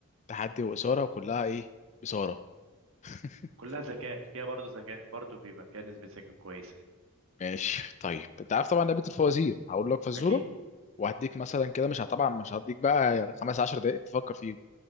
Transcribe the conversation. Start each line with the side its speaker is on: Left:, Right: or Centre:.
Left: تحدي واثاره وكلها ايه بصاره <laughs>
Right: كلها ذكاء فيها برضه ذكاء برضه بيبقى فيها نسبة ذكاء كويسة يعني
Left: ماشي طيب انت عارف طبعا لعبه الفوازير هقول لك فزوره
Right: أكيد
Left: وهديك مثلا كده مش ه- طبعا مش هديك بقى خمس عشر دقائق تفكر فيهم